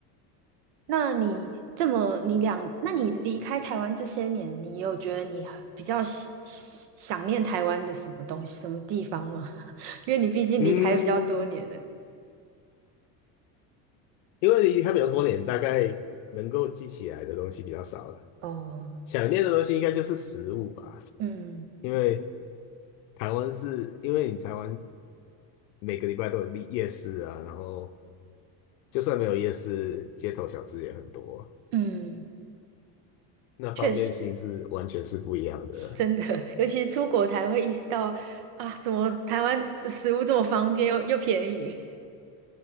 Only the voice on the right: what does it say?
那你这么你两，那你离开台湾这些年，你有觉得你很比较喜喜想念台湾的什么东西、什么地方吗？<laughs> 因为你毕竟离开比较多年了。
哦，
嗯
嗯，
确实。真的，尤其是出国才会意识到啊，怎么台湾这食物这么方便又又便宜。